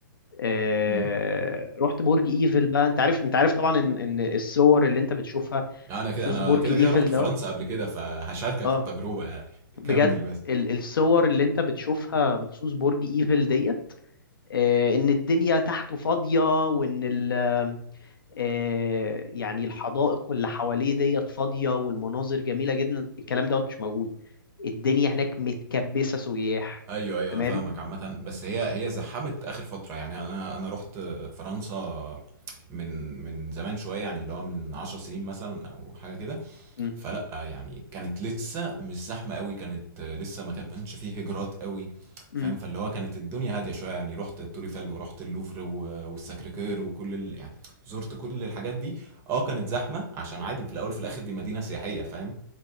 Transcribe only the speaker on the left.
آه،
رحت برج ايفل بقى انت عارف انت عارف طبعا ان ان الصور اللي انت بتشوفها
بخصوص
برج
ايفل
دوت
اه
بجد
ال- الصور اللي انت بتشوفها بخصوص برج ايفل ديت آه، ان الدنيا تحته فاضية وان ال آه، يعني الحدائق اللي حواليه ديت فاضية والمناظر جميلة جدا الكلام دوت مش موجود الدنيا هناك متكبسة سياح
تمام
امم
امم